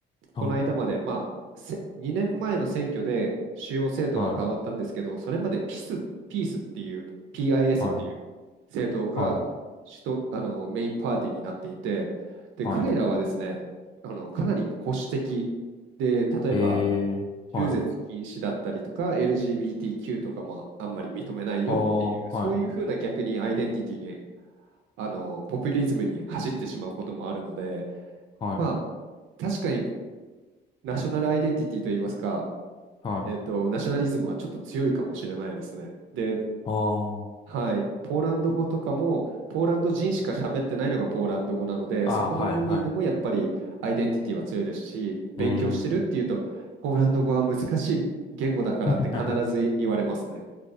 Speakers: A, on the left; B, on the right.
A: はい。
B: この間まで、まあ、せ2年前の選挙で主要政党は変わったんですけど、
A: はい。
B: それまでピス、ピースっていう、PIS
A: はい。
B: っていう政党が主とあのメインパーティーになっていて、
A: はい。
B: で彼らはですね、
A: は
B: あのかなり保守的で、例えば
A: い。ええ、はい。
B: 中絶禁止だったりとか、LGBTQ とかもあんまり認めないよっていう、
A: ああ、
B: そういうふうな逆にアイデンティティに、
A: はい。
B: あのポピュリズムに走ってしまうこともあるので、
A: はい。
B: まあ、確かにナショナルアイデンティティといいますか、
A: はい。
B: えっと、ナショナリズムはちょっと強いかもしれないですね。で、
A: ああ。
B: はい、ポーランド語とかもポーランド人しか喋ってないのがポーランド語なのでそこの部分でもやっぱりアイデンティティは強いですし勉強してるっていうとポーランド語は難しい言語だからって必ず言われますね。
A: ああ、はい。はい。うーん。<laughs>